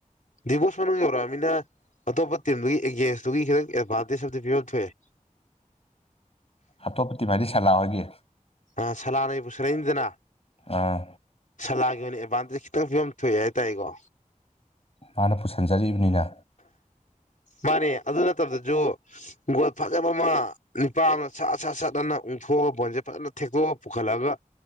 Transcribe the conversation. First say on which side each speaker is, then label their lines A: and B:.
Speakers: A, on the left; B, on the left.
A: ꯗꯤꯕꯣꯛꯁ ꯃꯅꯨꯡ ꯌꯧꯔꯛꯑꯕꯅꯤꯅ ꯑꯇꯣꯞꯄ ꯇꯤꯝꯗꯨꯒꯤ ꯑꯦꯒꯦꯟꯁꯇꯨꯒꯤ ꯈꯤꯇꯪ ꯑꯦꯗꯚꯥꯟꯇꯦꯖ ꯑꯝꯗꯤ ꯄꯤꯕꯝ ꯊꯣꯛꯑꯦ
B: ꯑꯇꯣꯞꯄ ꯇꯤꯝ ꯍꯥꯏꯗꯤ ꯁꯂꯥ ꯍꯣꯢꯒꯤ
A: ꯑ ꯁꯂꯥꯅ ꯄꯨꯁꯤꯜꯂꯛꯏꯅꯤꯗꯅ
B: ꯑꯥ
A: ꯁꯂꯥꯒꯤ ꯑꯣꯏꯅ ꯑꯦꯗꯚꯥꯟꯇꯦꯖ ꯈꯤꯇꯪ ꯐꯤꯕꯝ ꯊꯣꯛꯑꯦ ꯍꯥꯏꯇꯥꯔꯦꯀꯣ
B: ꯃꯥꯅ ꯄꯨꯁꯟꯖꯔꯤꯕꯅꯤꯅ
A: ꯃꯥꯅꯦ ꯑꯗꯨ ꯅꯠꯇꯕꯗꯁꯨ ꯒꯣꯜ ꯐꯖꯕ ꯑꯃ ꯅꯨꯄꯥ ꯑꯃꯅ ꯁꯠ ꯁꯠ ꯁꯠꯠꯇꯅ ꯎꯡꯊꯣꯛꯑꯒ ꯕꯣꯟꯁꯦ ꯐꯖꯅ ꯊꯦꯛꯇꯣꯛꯑꯒ ꯄꯨꯈꯠꯂꯒ